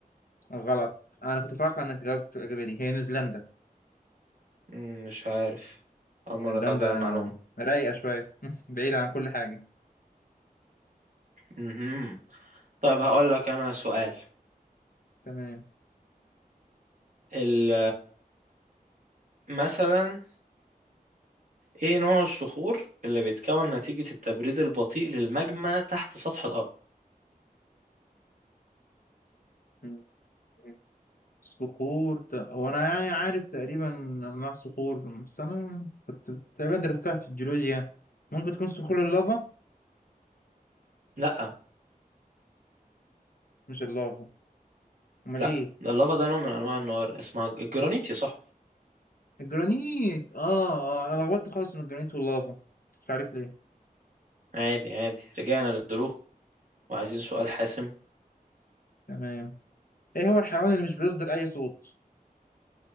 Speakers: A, on the left; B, on the right.
A: غلط انا كنت اتوقع انك تجاوب الاجابه دي هي نيوزيلندا
B: مم، مش عارف أول
A: الاسدان
B: مرة تعدي
A: ده
B: على معلومة
A: رايقة شوية <laughs> بعيدة عن كل حاجة
B: مهم. طيب هقول لك أنا سؤال
A: تمام
B: ال مثلا إيه نوع الصخور اللي بيتكون نتيجة التبريد البطيء للماجما تحت سطح الأرض
A: م. م. صخور ت- هو أنا يعني عارف تقريبا أنواع الصخور بس أنا كنت تقريبا درستها في الجيولوجيا يعني. ممكن تكون صخور اللافا
B: لأ
A: مش اللافا أمال
B: لأ
A: إيه
B: ده اللافا ده نوع من أنواع النار اسمها الجرانيت يا صاحبي
A: الجرانيت آه آه أنا لخبطت خالص من الجرانيت واللافا مش عارف ليه
B: عادي عادي رجعنا للدروب وعايزين سؤال حاسم
A: تمام إيه هو الحيوان اللي مش بيصدر أي صوت؟